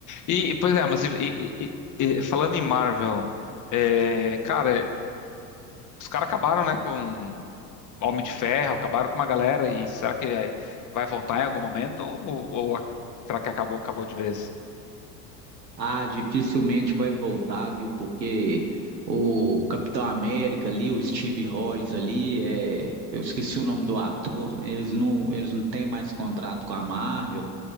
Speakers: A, on the left; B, on the right.
A: E, pois é, mas e- e- e- e- falando em Marvel, é, cara, os caras acabaram, né, com Homem de Ferro, acabaram com uma galera, e será que vai voltar em algum momento? Ou, ou a- será que acabou, acabou de vez?
B: Ah, dificilmente vai voltar, viu? Porque o Capitão América ali, o Steve Rogers ali, é... eu esqueci o nome do ator, eles não, eles não têm mais contrato com a Marvel.